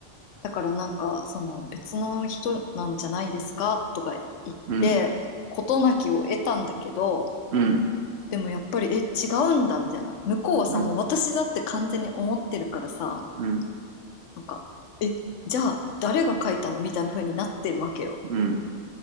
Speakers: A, on the left; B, on the right.
A: だからなんか、その別の人なんじゃないですかとか言って、
B: うん、
A: 事なきを得たんだけど、
B: うん、うん、
A: でもやっぱり、え、違うんだみたいな。向こうはさ、
B: うん、
A: もう私だって完全に思ってるからさ、
B: うん、
A: なんか、え、じゃあ誰が書いたのみたいな風になってるわけよ。
B: うん、